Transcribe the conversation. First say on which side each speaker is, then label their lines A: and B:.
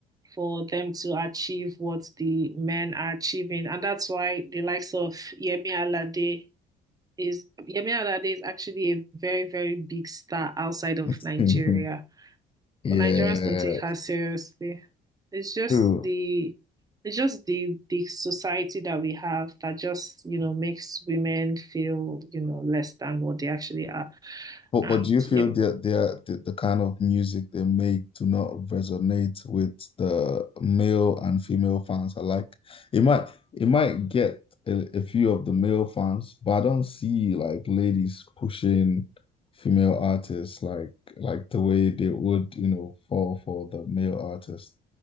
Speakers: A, on the right; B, on the left.
A: for them to achieve what the men are achieving. And that's why the likes of Yemi Alade is Yemi Alade is actually a very, very big star outside of
B: <laughs>
A: Nigeria.
B: Yeah,
A: But Nigerians don't take her seriously. It's just
B: true.
A: the it's just the the society that we have that just, you know, makes women feel, you know, less than what they actually are.
B: But
A: And
B: but do you
A: Yemi,
B: feel that the, the the kind of music they make do not resonate with the male and female fans alike? It might it might get a, a few of the male fans, but I don't see like ladies pushing female artists like like the way they would, you know, fall for the male artist.